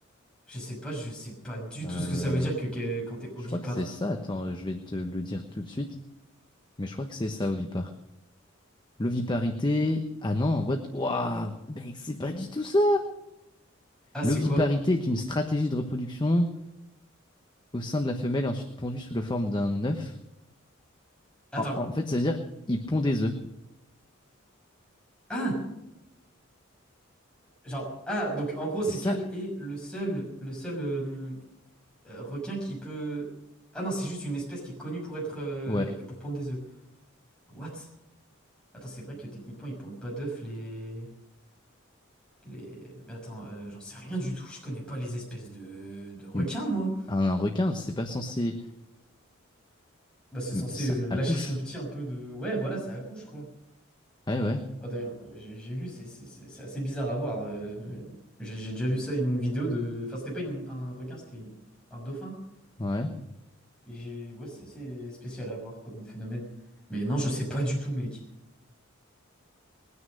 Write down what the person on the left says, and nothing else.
Euh,
Je crois que c'est ça. Attends, je vais te le dire tout de suite. Mais je crois que c'est ça, ovipare. L'oviparité. Ah non, what? Waouh, mec, c'est pas du tout ça!
L'oviparité
est une stratégie de reproduction au sein de la femelle, et ensuite pondue sous la forme d'un œuf.
En, en fait, ça veut dire il pond des œufs.
C'est ça?
Ouais.
Hum.
Un, un requin, c'est pas censé.
mais
Ça
accouche.
Ouais, ouais.
Ouais.